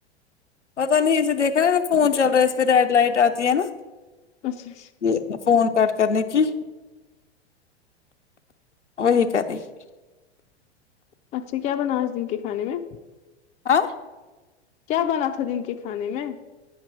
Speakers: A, on the left; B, on the left.
A: پتا نہیں اسے دیکھا نا فون چل رہا ہے اس پہ ریڈ لائٹ آتی ہے نا
B: اچھا اچھا
A: یہ فون کٹ کرنے کی وہی کرے گی
B: اچھا کیا بنا آج دن کے کھانے میں
A: آ
B: کیا بنا تھا دن کے کھانے میں